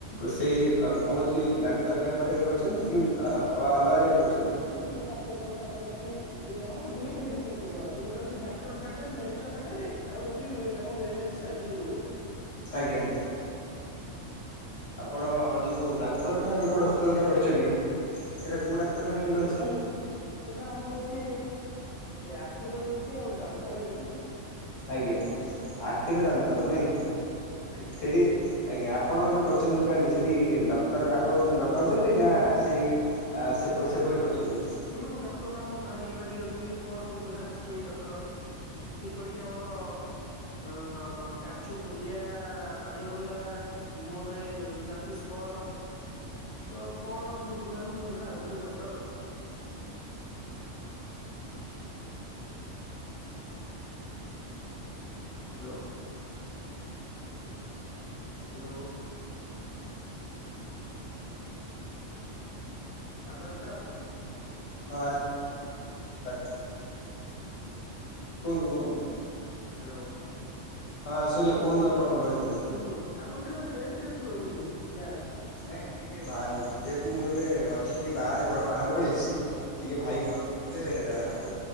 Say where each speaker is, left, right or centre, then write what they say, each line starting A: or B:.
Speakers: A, on the left; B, on the left.
A: ସେଇ କୌଣସି ଡାକ୍ତରଖାନା ପାଖରେ କରିଛନ୍ତି କି ଅ ଅଲଗା ଜାଗାରେ କରିଛନ୍ତି?
B: ହୁଁ ଡାକ୍ତରଖାନା ପାଖରେ ଅଛି ଆମର ଦୁଇଟି ମେଡିସିନ ଷ୍ଟୋର ଅଛି ଗୋଟେ ଅଛି ଡାକ୍ତର ପାଖରେ ମେଡିକାଲ ପାଖରେ ଆଉ ଗୋଟେ ଅଛି ଆମର ଏନ ଏସ ସାଇଡ ରୋଡ ଉପରେ।
A: ଆଜ୍ଞା। ଆପଣ ଯୋଉ ଡାକ୍ତରଖାନା ନିକଟସ୍ଥ ଯୋଉଟା କରିଛନ୍ତି। ସେଇଟା କୋଉ ଡାକ୍ତରଖାନା ନିକଟସ୍ଥ?
B: ସେଟା ଆମର ରହୁଛି ଆଖିର ରହୁଛି ଆଉ ଦାନ୍ତରେ ବି ରହୁଛି।
A: ଆଜ୍ଞା ଆଖିରେ ଦାନ୍ତର ନାଇଁ।
B: ଆଜ୍ଞା
A: ସେଠି ଆଜ୍ଞା ଆପଣ ଯୋଉ କରୁଛନ୍ତି ଦୋକାନଟି ସେଠି ଡକ୍ଟର ଡାକ ଡକା ହଉଛନ୍ତି ନା ସେଇ ଆ ସେ ସେପରି କରିଛନ୍ତି।
B: ହୁଁ ଡକ୍ଟର ଆମ ବାରିକି ବାରିକି ଯାଉଛନ୍ତି ପର ବୁଧବାର ସ୍କିନ୍ ଡକ୍ଟର। ଯେପରିକି ଆମର ଅ କାଛୁ କୁଣ୍ଡିଆ, ପାଣିଗନ୍ଧା। ମୁଁହରେ ଯାଦୁ ସ୍ପଡ। ତ ପର ବୁଧବାରକୁ ବୁଧବାର ଆଉଛନ୍ତି ଡକ୍ଟର। Hello hello. ଆବାଜଟା ଆସୁନି।
A: ହଁ ଆ <unintelligible> କୁହନ୍ତୁ କୁହନ୍ତୁ।
B: ହ୍ୟାଲୋ।
A: ହଁ ଆସିଲା କୁହନ୍ତୁ ଆପଣଙ୍କ ଭୟସ୍ ଆସିଲା।
B: ହୁଁ ଆପଣ ଟେ ବୋଧେ ନେଟ୍ ଟିକେ ସ୍ଲୋ ହଉଛି ବୋଧେ ଗାଁରେ।
A: ନାଇଁ ଟିକେ ଭାଇ ଯେହେତୁ ମୁଁ ଏବେ ଅଛି ଟିକେ ବାହାରେ ଘରୁ ବାହାରକୁ ପଳେଇ ଆସିଛି ଟିକେ ଭାଇ କଲ୍ କରିଥିଲେ ଆଉ